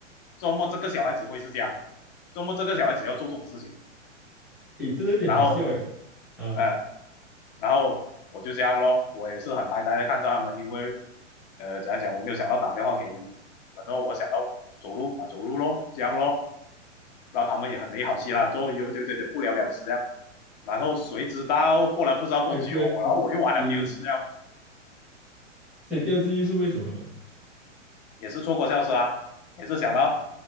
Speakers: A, on the left; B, in the centre.
A: 周末这个小孩子会是这样，周末这个小孩子要做这种事情，
B: 诶，真的有点好笑哟。
A: 然后，
B: 啊，
A: 呃，然后我就这样咯，我也是很呆呆的看着他们，因为，呃，怎样讲，我没有想到打电话给你们然后我想到走路啊走路咯，这样咯，然后他们也很没好气啦，就有点点点不了了之这样然后谁知道过了不知道多久，
B: 还有第二次，
A: 然后我又玩了第二次呀，
B: 对对所以第二次就是为什么？
A: 也是错过校车啊，也是想到，